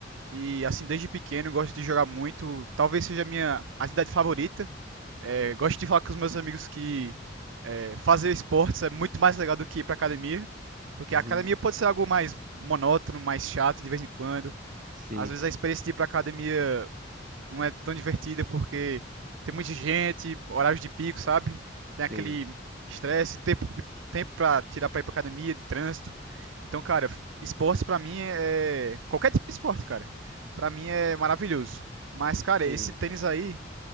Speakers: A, on the right; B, on the right.
A: e, assim, desde pequeno gosto de jogar muito. Talvez seja a minha atividade favorita. É, gosto de falar com os meus amigos que é, fazer esportes é muito mais legal do que ir pra academia, porque
B: Uhum.
A: a academia pode ser algo mais monótono, mais chato de vez em quando.
B: Sim,
A: Às vezes a experiência de ir pra academia não é tão divertida porque tem muita gente, horários de pico, sabe?
B: sim,
A: Tem aquele estresse, tempo, tempo pra tirar pra ir pra academia, de trânsito. Então, cara, esporte pra mim é. é Qualquer tipo de esporte, cara. Pra mim é maravilhoso. Mas, cara,
B: sim.
A: esse tênis aí.